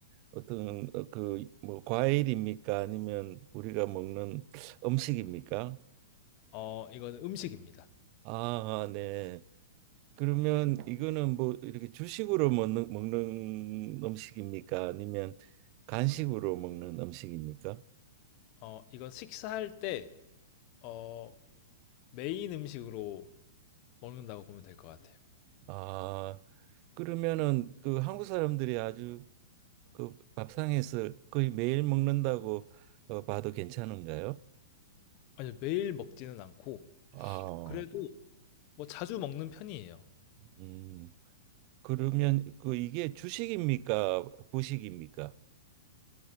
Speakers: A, on the right; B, on the left.
A: 어떤 어, 그뭐 과일입니까? 아니면 우리가 먹는 음식입니까?
B: 어, 이거는 음식입니다.
A: 아, 아, 네. 그러면 이거는 뭐 이렇게 주식으로 먹는, 먹는 음식입니까? 아니면 간식으로 먹는 음식입니까?
B: 어, 이건 식사할 때 어, 메인 음식으로 먹는다고 보면 될 것 같아요.
A: 아, 그러면은 그 한국 사람들이 아주 그 밥상에서 거의 매일 먹는다고 어, 봐도 괜찮은가요?
B: 아니, 매일 먹지는 않고
A: 아,
B: 그래도 뭐 자주 먹는 편이에요.
A: 음, 그러면 그 이게 주식입니까? 부식입니까?